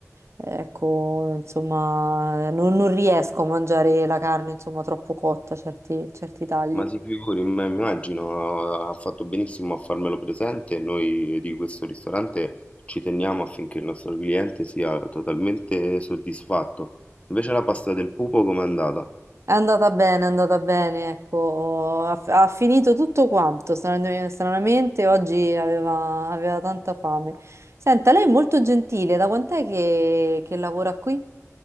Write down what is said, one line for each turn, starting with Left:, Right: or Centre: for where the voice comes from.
Right: eh, ecco, insomma, non, non riesco a mangiare la carne, insomma, troppo cotta, certi, certi tagli.
Left: Ma si figuri, ma immagino, eh, ha fatto benissimo a farmelo presente. Noi di questo ristorante ci teniamo affinché il nostro cliente sia totalmente soddisfatto. Invece la pasta del pupo com'è andata?
Right: È andata bene, è andata bene, ecco, ha, ha finito tutto quanto, stran- stranamente, oggi aveva, aveva tanta fame. Senta, lei è molto gentile, da quant'è che, che lavora qui?